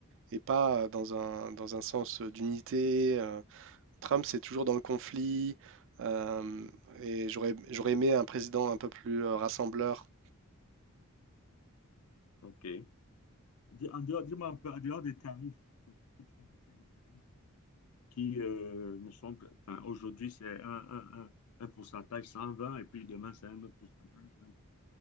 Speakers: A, on the right; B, on the left.
A: et pas euh, dans un, dans un sens d'unité. euh, Trump, c'est toujours dans le conflit. euh, et j'aurais, j'aurais aimé un président un peu plus euh, rassembleur.
B: OK. Dis- En dehors, dis-moi un peu, en dehors des tarifs, que tu as évoqué, les tarifs qui euh, ne sont que, enfin, aujourd'hui, c'est un, un, un, un pourcentage 120 et puis demain, c'est un autre pourcentage 20